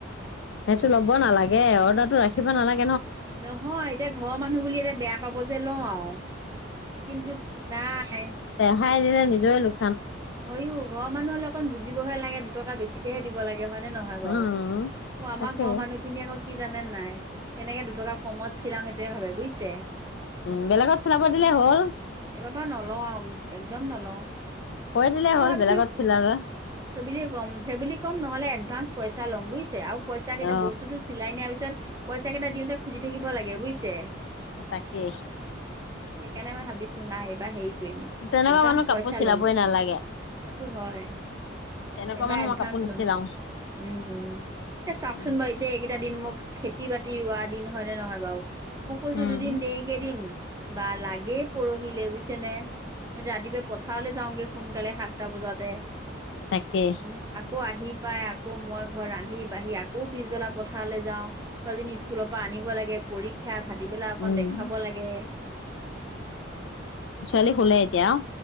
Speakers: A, on the left (about 70°); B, on the right (about 15°).
A: সেইটো ল'ব নালাগে অৰ্ডাৰটো ৰাখি কিবানালাগে
B: নহয় এতিয়া ঘৰৰ মানুহ বুলি এতিয়া বেয়া পাব যে লওঁ আৰু কিন্তু নাই
A: খাইলে নিজই লোক
B: হয়ো ঘৰৰ মানুহ লগত বুজিবহে লাগে দুটকা বেছিকেহে দিব লাগে হয় নে নহয় বাৰু?
A: উম
B: অ আমাৰ
A: তাকে।
B: ঘৰৰ মানুহখিনি আ কি জানেনে নাই, কেনেকে দুটকা কমত চিলাও সেইটোৱে ভাবে বুজিছে?
A: উম, বেলেগত চিলাব দিলে হ'ল
B: ঘৰৰ পৰা নলোওঁ আৰু, একদম নলোওঁ।
A: কৈ দিলে হ'ল
B: মই ভাবিছো,
A: বেলেগত চিলালে
B: ফেবেলিক কম, ফেবেলিক কম নহলে এডভান্স পইচা চা লম বুজিছে আৰু পইচা কেইটা
A: অ।
B: বস্তুটো চিলাই নিয়াৰ পিছত পইচা কেইটা দিওঁতে খুজি থাকিব লাগে বুজিছে?
A: তাকে।
B: সেইকাৰণে মই ভাবিছো নাই এইবাৰ হেৰি কৰিম
A: তেনেকুৱা
B: এডভান্স
A: মানুহ কাপোৰ
B: পইচা
A: চিলাবই
B: ল'ম
A: নালাগে
B: সেইটো হয়,
A: তেনেকুৱা
B: এইবাৰ
A: মানুহ
B: এডভাঞ্চ
A: মই কাপোৰ নিচিলাও।
B: লম। উম, উম এ চাওকচোন
A: উম
B: বাৰু এইকেইটা দিন মোক খেতি বাতি ৰোৱা দিন, হয় নে নহয় বাৰু? মই কৈছো
A: উম।
B: দুদিন দেৰিকে দিম বা লাগেই পৰহিলে বুজিছে নে, মই ৰাতিপুৱাই পথাৰলৈ যাওঁগে সোনকালে সাতটা বজাতে
A: তাকে।
B: উম আকৌ আহি পাই, আকৌ মই ঘৰত ৰান্ধি-বাঢ়ি আকৌ পিছবেলা পথাৰলৈ যাও। ছোৱালীজনী স্কুলৰ পৰা আনিব লাগে, পৰীক্ষা ক্ষা। ভাটিবেলা অকণ
A: উম
B: দেখাব লাগে
A: ছোৱালী শুলে এতিয়া আও?